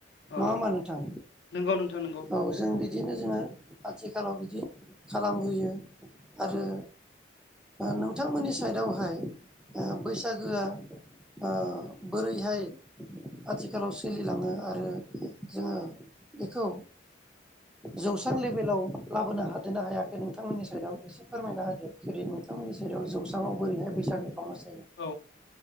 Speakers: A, in the centre; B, on the left.
A: नङा
B: औ
A: होमबा नोंथां
B: नंगौ नोंथां नंगौ
A: औ जों बि बिदिनो जोङो आथिखालाव बिदि खालामबोयो आरो नोंथांमोननि साइडआवहाय बैसागोआ आ बोरैहाय आथिखालाव सोलिलाङो आरो आरो जोङो बेखौ जौस्रां लेभेलाव लाबोनो हादों ना हायाखै नोंथांमोननि साइदआव इसे फोरमायना होदो जेरै नोंथांमोन जेराव जौस्रांआव बोरैहाय बैसागोखौ मोसा
B: औ